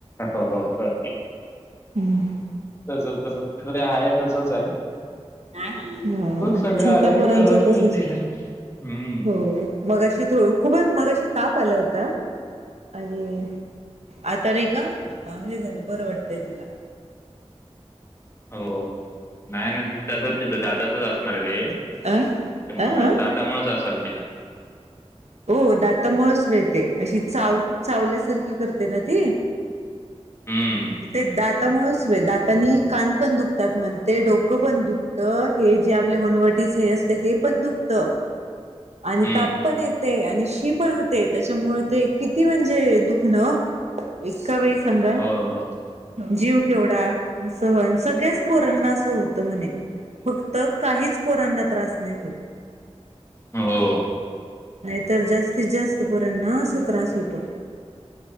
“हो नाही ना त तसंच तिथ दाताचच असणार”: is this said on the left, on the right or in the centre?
Left